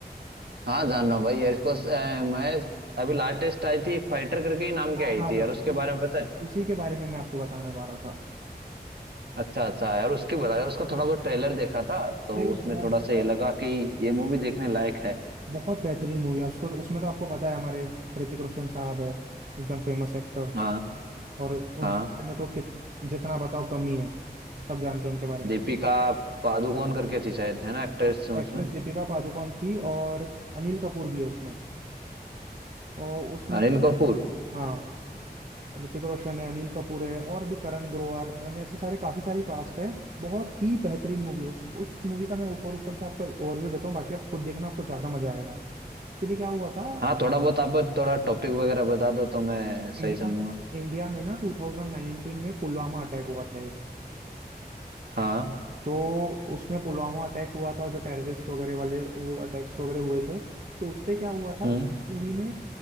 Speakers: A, on the right; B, on the right.
A: हाँ जान रहा हूँ भाई एयरफोर्स मैं अभी लाटेस्ट आई थी एक फाइटर करके ही नाम
B: हाँ
A: की आई
B: हाँ
A: थी यार
B: उस,
A: उसके
B: उस
A: बारे में पता है
B: उसी के बारे में मैं आपको बताने वाला था
A: अच्छा अच्छा यार उसकी बता यार उसका थोड़ा बहुत ट्रेलर देखा था तो
B: अरे
A: उसमें
B: वो
A: थोड़ा सा
B: बहुत
A: ये लगा कि ये मूवी देखने लायक है
B: बहुत बेहतरीन मूवी है उसको उसमें तो आपको पता है हमारे ऋतिक रोशन साहब है एकदम फेमस एक्टर
A: हाँ
B: और उनके
A: हाँ
B: में तो कित, जितना बताओ कम ही है सब जानते हैं उनके बारे में
A: दीपिका पादुकोण करके थी शायद है ना एक्ट्रेस
B: हाँ
A: उसमें
B: एक्ट्रेस दीपिका पादुकोण थी और अनिल कपूर भी है उसमें और उसमें
A: अनिल कपूर
B: हाँ ऋतिक रोशन है अनिल कपूर है और भी करण ग्रोवर यानी ऐसे सारे काफी सारी कास्ट है बहुत ही बेहतरीन मूवी उस उस मूवी का मैं ऊपर ऊपर से आपको ओवरव्यू देता हूँ बाकी आप खुद देखना आपको ज्यादा मजा आएगा एक्चुअली क्या हुआ था
A: हाँ थोड़ा बहुत आप थोड़ा टॉपिक वगैरह बता दो तो मैं सही
B: इंडिया
A: समझूंगा
B: इंडिया में ना 2019 में पुलवामा अटैक हुआ था एक
A: हाँ
B: तो उसमें पुलवामा अटैक हुआ था जो टेररिस्ट वगैरह वाले वो अटैक्स वगैरह हुए थे तो उसपे क्या हुआ था
A: हम्म
B: मूवी में